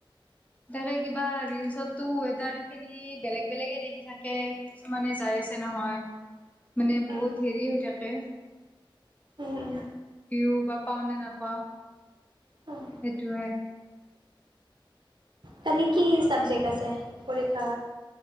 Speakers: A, on the left; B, on the right.
A: তাকে কিবা ৰিলচতটো ৱেডাৰ খিনি বেলেগ বেলেগে দেখি থাকে। কিছুমানে যাই আছে নহয় মানে বহুত
B: উম
A: হেৰি হৈ থাকে।
B: উম।
A: বিহু বা পাওঁ নে নাপাওঁ
B: উম
A: সেইটোয়ে।
B: কালি কি চাবজেক্ট আছে পৰীক্ষা?